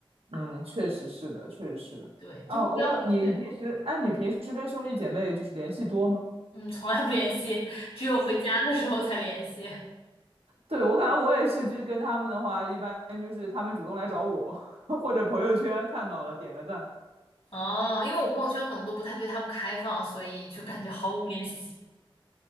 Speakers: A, on the right; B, on the left.
A: 嗯，确实是的，确实是的。
B: 对，
A: 哦，
B: 就目标明确，
A: 我感你你平时，哎，你平时跟兄弟姐妹就是联系多吗？
B: 嗯，从来不联系，只有回家的时候才联系。
A: 对，我感觉我也是，就是跟他们的话，一般就是他们主动来找我，<laughs> 或者朋友圈看到了点个赞，
B: 哦，因为我朋友圈可能都不太对他们开放，所以就感觉毫无联系。